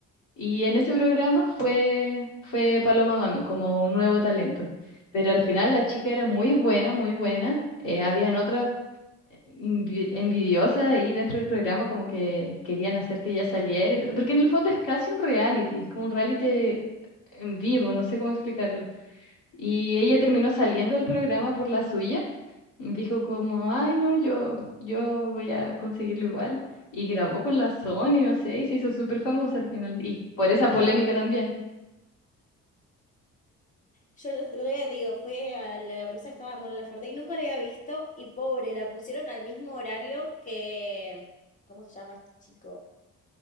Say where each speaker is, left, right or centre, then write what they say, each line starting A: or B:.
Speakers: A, on the left (about 85°); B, on the left (about 25°).
A: Y en ese programa fue, fue Paloma Mami, como un nuevo talento. Pero al final la chica era muy buena, muy buena. Eh, habían otras envi- envidiosa ahí dentro del programa, como que querían hacer que ella saliera, y todo, porque en el fondo es casi un reality, es como un reality en vivo, no sé cómo explicarlo. Y ella terminó saliendo del programa por la suya, y dijo como, ay no, yo, yo voy a conseguirlo igual, y grabó con la Sony, no sé, y se hizo súper famosa al final, y por esa
B: La...
A: polémica también.
B: Yo el otro día, te digo, fui a Lollapalooza, estaba Mon Laferte y nunca la había visto y pobre, la pusieron al mismo horario que... ¿Cómo se llama este chico?